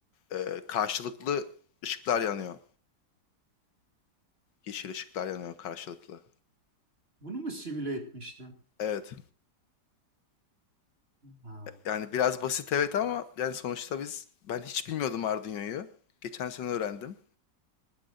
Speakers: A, on the left; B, on the right.
A: E, karşılıklı ışıklar yanıyor. Yeşil ışıklar yanıyor karşılıklı.
B: Bunu mu simüle etmiştin?
A: Evet.
B: Ha.
A: Yani biraz basit evet ama yani sonuçta biz ben hiç bilmiyordum Arduino'yu. Geçen sene öğrendim.